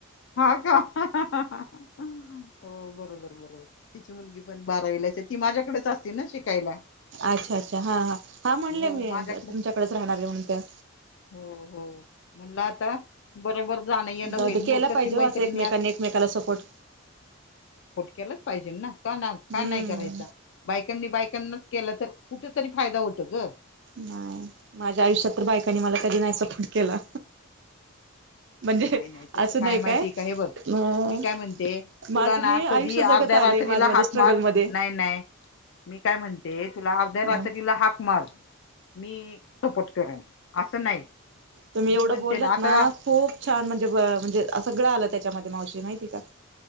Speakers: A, on the left; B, on the right.
A: हा का हा हा हा हा हा ह हो बरोबर बरोबर तिची मुलगीहा पण बारावीला. ती माझ्याकडेच असतील ना शिकायला.
B: अच्छा अच्छा हा हा हा
A: हो
B: म्हणले मी
A: माझ्याकडे
B: तुमच्याकडेच राहणारे म्हण त्या.
A: हो हो म्हणलं आता बरोबर. जाणं येणं
B: द
A: होईल मु-
B: केला
A: कशी
B: पाहिजे
A: मैत्रिणी
B: असं एकमेकांनी एकमेकाला सपोर्ट.
A: केलंच पाहिजे ना का का
B: हम्म
A: नाही करायचा. बायकांनी बायकांनाच केलं तर कुठेतरी फायदा होतो ग.
B: नाही माझ्या आयुष्यात तर बायकांनी मला कधी नाही सपोर्ट केला म्हणजे
A: नाही नाही तस
B: असं
A: काय
B: नाही
A: माहितीय का हे बघ
B: अ
A: मी काय म्हणते
B: माझं
A: तुला ना
B: मी आयुष्य
A: कधी अर्ध्या
B: जगत आले
A: रा - त्रीला
B: माझ्या माझ्या
A: हाक
B: स्ट्रगलमध्ये
A: मार नाही नाही. मी काय म्हणते तुला अर्ध्या रात्री
B: ह
A: तिला हाक मार मी सपोर्ट करेन. असं नाही
B: तुम्ही एवढं
A: मी म्हणते
B: बोललात
A: आता
B: ना खूप छान म्हणजे म्हणजे सगळं आलं त्याच्यामध्ये मावशी. माहिती आहे का?